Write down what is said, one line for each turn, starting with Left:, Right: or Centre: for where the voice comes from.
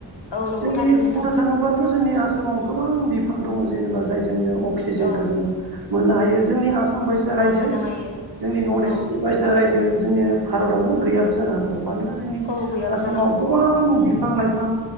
Left: औ नंगौ
Right: जोंनि
Left: थारैनो नोंथां
Right: बुंनो थाङोब्लाथ' जोंनि आसामाव गोबां बिफां दङ जेनेबा जायजों जों अक्सिजेनखौ
Left: औ
Right: जोङो मोननो हायो जोंनि आसाम आसाम बायसा रायजो
Left: औ मोननो हायो
Right: जोंनि नर्थ
Left: औ
Right: इस्ट बायसा रायजो जोंनि भारतआवनो गैयाबो जानो हागौ मानोना जोंनि
Left: औ गैयाबो
Right: आसामाव
Left: जानो हागौ
Right: गोबां
Left: औ नंगौ
Right: बिफां लाइफां